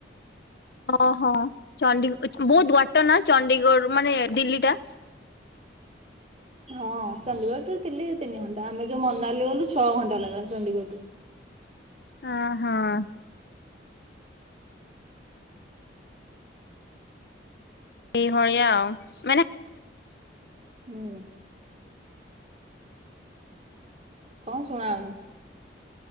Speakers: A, on the left; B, on the right.
A: ଓହୋ ଚ ବହୁତ୍ ବାଟନା ଚଣ୍ଡିଗଡ଼ ମାନେ ଦିଲ୍ଲୀଟା?
B: ହଁ ଚଡିୀଗଡ଼ରୁ ଦିଲି ତିନି ଘଣ୍ଟା ଆମେ ଯଉ ମନାଲି ଗଲୁ ଛଅ ଘଣ୍ଟା ଲାଗିଲା ଚଣ୍ଡିଗଡ଼ରୁ।
A: ଅଁ ହଁ। ଏଇଭଳିଆ ଆଉ ମାନେ
B: ହୁଁ। କଁ ଶୁଣାଉନି?